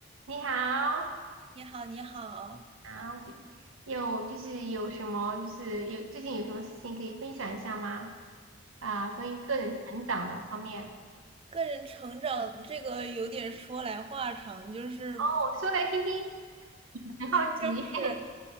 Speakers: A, on the right; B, on the right.
A: 你好，
B: 你好，你好。
A: 好，就有就是有什么就是有最近有什么事情可以分享一下吗？啊、关于个人成长的方面。
B: 个人成长这个有点说来话长，就是
A: 哦，说来听听，很好奇。
B: 就是，
A: <laughs>